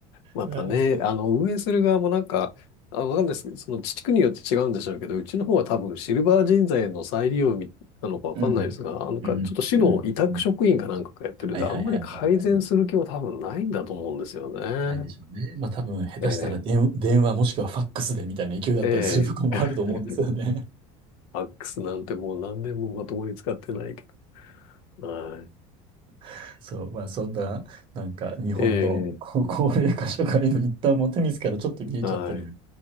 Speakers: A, on the left; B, on the right.
A: またね、
B: あーこ
A: あの、運営する側もなんか、あ、わかんないですけど、その地区によって違うんでしょうけど、うちの方は多分シルバー人材の再利用みなのかわかんないですが、
B: うん、
A: なんかちょっと市の委託職員かなんかがやってるんで、
B: うん、うん、うん。はいはいはいはいはい。
A: あんまり改善する気も多分ないんだと思うんですよね。
B: ないでしょうね。まあ多分、下手したら電、
A: え
B: 電話もしくはファックスでみたいな勢いだったりするとこもあると思うんですよね。
A: え、ええ。ファックスなんてもう何年もまともに使ってないけど。はい。
B: <laughs> そう、まあそんな、なんか日本のこ高齢化社会の一端もテニスからちょっと見えちゃったり
A: ええ、はい。